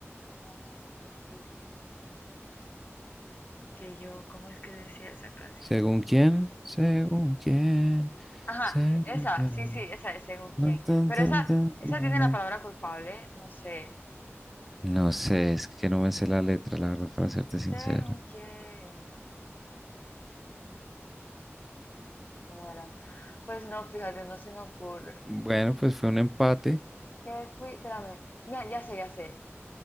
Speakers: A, on the left (about 40°); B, in the centre.
A: ahora andas por ahí dice, que yo, ¿cómo es que decía esa canción?
B: ¿Según quién? ¿Según quién?
A: Ajá,
B: ¿Según
A: esa,
B: quién?
A: sí, sí, esa es según
B: Tan,
A: quién,
B: tan,
A: pero
B: tan,
A: esa,
B: tan,
A: esa
B: tan,
A: tiene
B: tan.
A: la palabra culpable, no sé,
B: No sé, es que no me sé la letra, la verdad, para serte sincera.
A: según quién. ¿Cómo era? Pues no, fíjate, no se me ocurre.
B: Bueno, pues fue un empate.
A: ¿Qué fui? Espérame. Mira, ya sé, ya sé.